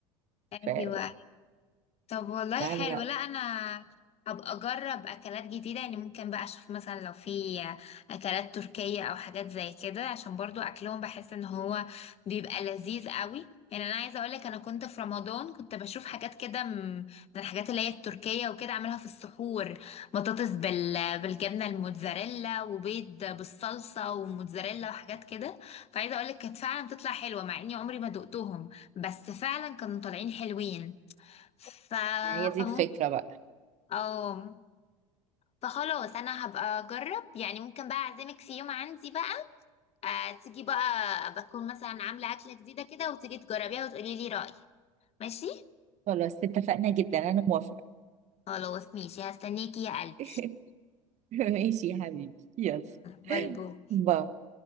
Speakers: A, on the left; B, on the right.
A: ايوه
B: فلا
A: طب والله
B: لا
A: حلو
B: لا
A: لا انا هبقى اجرب اكلات جديده يعني ممكن بقى اشوف مثلا لو في اكلات تركيه او حاجات زي كده عشان برضو اكلهم بحس ان هو بيبقى لذيذ قوي يعني انا عايزه اقول لك انا كنت في رمضان كنت بشوف حاجات كده م- من الحاجات اللي هي التركيه وكده اعملها في السحور بطاطس بال... بالجبنه الموتزاريلا وبيض بالصلصه وموتزاريلا وحاجات كده فعايزه اقول لك كانت فعلا بتطلع حلوه مع اني عمري ما دقتهم بس فعلا كانوا طالعين حلوين ف
B: هي دي
A: فممكن
B: الفكره بقى
A: اه فخلاص انا هبقى اجرب يعني ممكن بقى اعزمك في يوم عندي بقى آه تيجي بقى بكون مثلا عامله اكله جديده كده وتيجي تجربيها وتقولي لي رايك ماشي
B: خلاص اتفقنا جدا انا موافقه
A: خلاص ماشي هستنيكي يا قلبي
B: <laughs> ماشي يا حبيبي يلا
A: باي باي
B: باي